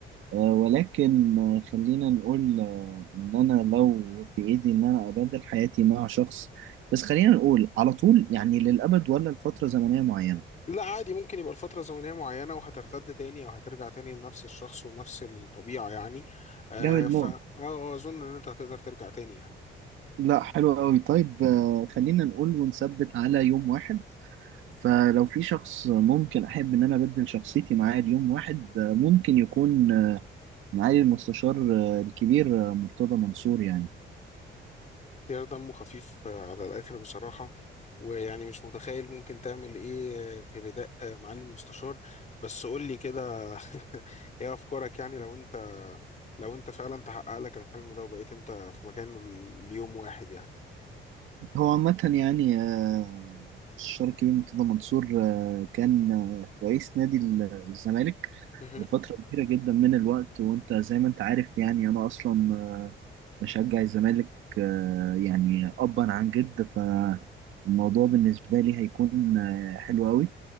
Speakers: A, on the right; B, on the left.
A: آه، ولكن آه، خلينا نقول آه، إن أنا لو في إيدي إن أنا أبدل حياتي مع شخص بس خلينا نقول على طول يعني للأبد ولا لفترة زمنية معينة
B: لا عادي ممكن يبقى لفترة زمنية معينة وهترتد تاني او هترجع تاني لنفس الشخص ونفس الطبيعة يعني آه،
A: جامد
B: ف
A: موت
B: اه آه، اظن ان انت هتقدر ترجع تاني يعني
A: لا حلو قوي طيب آه، خلينا نقول ونثبت على يوم واحد فلو في شخص ممكن أحب إن أنا أبدل شخصيتي معاه ليوم واحد آه، ممكن يكون آه، معالي المستشار آه، الكبير آه، مرتضى منصور يعني
B: اختيار دمه خفيف آه، على الآخر بصراحة ويعني مش متخيل ممكن تعمل إيه آه، في رداء آه، معالي المستشار بس قول لي كده <laughs> إيه أفكارك يعني لو أنت لو أنت فعلا تحقق لك الحلم ده وبقيت أنت في مكانه ل- ليوم واحد يعني
A: هو عامة يعني آه، الشارك الكبير مرتضى منصور آه، كان آه، رئيس نادي ال- الزمالك
B: مهم.
A: لفترة كبيرة جدا من الوقت وانت زي ما انت عارف يعني انا اصلا آه، بشجع الزمالك آه، يعني ابا عن جد فالموضوع بالنسبة لي هيكون آه، حلو قوي